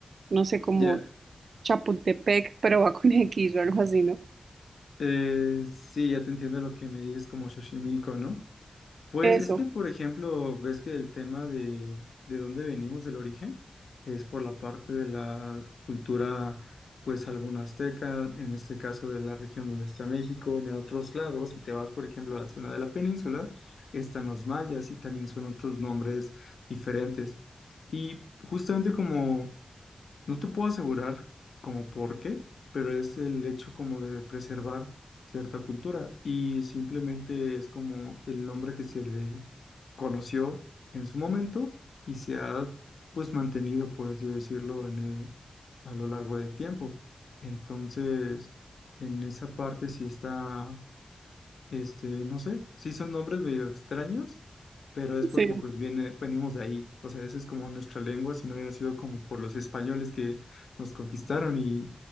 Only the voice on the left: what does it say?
Ya,
eh, sí, ya te entiendo lo que me dices como Xochimilco, ¿no? Pues
es que, por ejemplo, ves que el tema de, de dónde venimos, del origen, es por la parte de la cultura, pues alguna azteca, en este caso de la región donde está México, en otros lados, si te vas, por ejemplo, a la zona de la península, están los mayas y también son otros nombres diferentes. Y justamente como, no te puedo asegurar como por qué, pero es el hecho como de preservar cierta cultura y simplemente es como el nombre que se le conoció en su momento y se ha pues mantenido, por así decirlo, en el- a lo largo del tiempo. Entonces, en esa parte sí está, este, no sé, sí son nombres medio extraños, pero es porque
pues viene, venimos de ahí. O sea, esa es como nuestra lengua, si no hubiera sido como por los españoles que nos conquistaron y